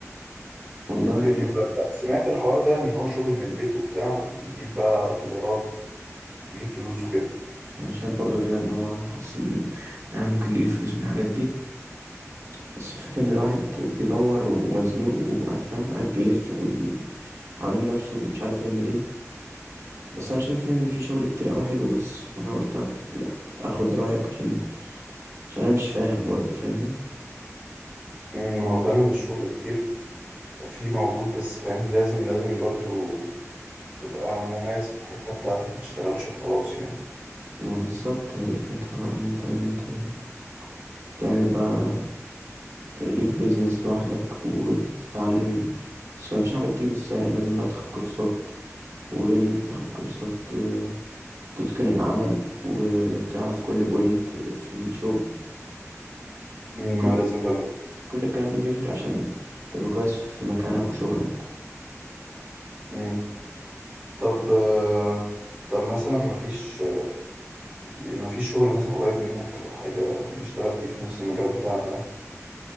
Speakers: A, on the right; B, on the right.
A: والله
B: ب- ب- ب- سمعت الحوار ده إن هو شغل من البيت وبتاع وبيجيب بقى دولارات بيجيب فلوس وكده
A: انا شايف برضو كده ان هو حاسس ان يعني ممكن نجيب فلوس من الحاجات دي بس الفكرة ان الواحد بيدور ومزنوق وفاهم قاعد بيلف وي- حوالين نفسه ومش عارف يعمل ايه بس انا شايف ان في شغل كتير قوي حلو بس انا قلت أك- اخد رأيك عشان عشان انا مش فاهم برضو فاهمني
B: أمم، هو فعلا الشغل كتير في موجود بس فاهم لازم لازم برضو تبقى مميز في الحتة بتاعتك ما تشتغلش وخلاص يعني
A: ما بالظبط يعني الفكرة بقى ان انت لازم ت- تعمل بقى ليك بيزنس لوحدك وتتعلم بس مفيش حاجة بتيجي بالسهل لازم بقى تاخد كورسات وغير ان انت تاخد كورسات آه، تتقن العمل وتعرف كل بوينت في الشغل
B: ما
A: كل
B: لازم فعلا
A: كل الكلام ده بيفرق عشان تبقى كويس في مكانك وشغلك
B: مم. طب آه، طب مثلا ما فيش ما فيش شغل مثلا قريب منك او حاجة نشتغل فيه في نفس المجال بتاعنا ده